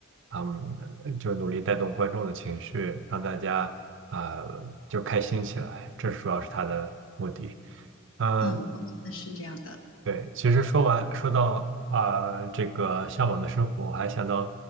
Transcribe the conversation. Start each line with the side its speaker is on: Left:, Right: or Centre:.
Right: 嗯，就努力带动观众的情绪，让大家啊，呃就开心起来，这主要是他的目的。嗯，
Left: 嗯，我觉得是这样的。
Right: 对，其实说完说到啊、呃这个向往的生活，我还想到